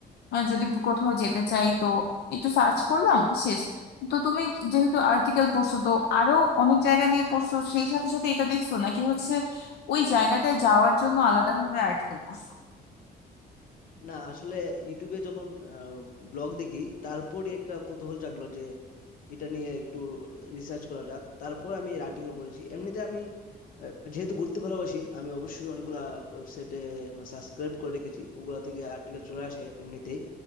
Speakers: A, on the left; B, on the left.
A: আহ, যদি ভ্র- কোথাও যেতে চাই তো একটু সার্চ করলাম শেষ তো তুমি যেহেতু আর্টিকেল পড়ছো তো আরো অনেক জায়গা নিয়ে পড়ছো সেই সাথে সাথে এটা দেখছো নাকি হচ্ছে ওই জায়গাটায় যাওয়ার জন্য আলাদাভাবে আর্টিকেল পড়ছো
B: না আসলে ইউটিউবে যখন ব্লগ দেখি তারপরই একটা কৌতূহল জাগলো যে এটা নিয়ে একটু রিসার্চ করা যাক তারপর আমি এর আর্টিকেল পড়েছি এমনিতে আমি আহ, যেহেতু ঘুরতে ভালোবাসি আমি অবশ্যই অনেকগুলা ওয়েবসাইটে মানে সাবস্ক্রাইব করে রেখেছি ওগুলা থেকে আর্টিকেল চলে আসে এমনিতেই